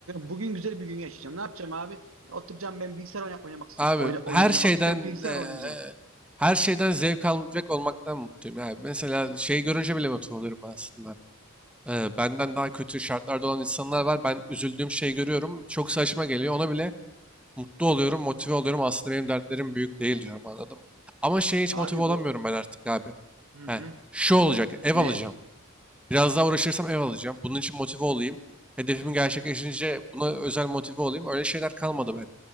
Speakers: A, on the right; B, in the centre.
A: bugün güzel bir gün yaşayacağım. Ne yapacağım abi? Oturacağım ben bilgisayar oyna- oynamak
B: abi
A: oyna- oyun
B: her
A: oynamak
B: şeyden
A: istiyorum. Bilgisayar
B: eee,
A: oynayacağım.
B: her şeyden zevk alacak olmaktan mutluyum. Yani mesela şey görünce bile motive oluyorum aslında. Ee, benden daha kötü şartlarda olan insanlar var. Ben üzüldüğüm şeyi görüyorum. Çok saçma geliyor. Ona bile mutlu oluyorum, motive oluyorum. Aslında benim dertlerim büyük değil diyorum anladın mı? Ama şeye hiç
A: Abi
B: motive olamıyorum
A: bu
B: ben artık abi.
A: hı hı.
B: He, şu olacak, ev
A: Ne?
B: alacağım. Biraz daha uğraşırsam ev alacağım. Bunun için motive olayım. Hedefimi gerçekleşince buna özel motive olayım. Öyle şeyler kalmadı bende.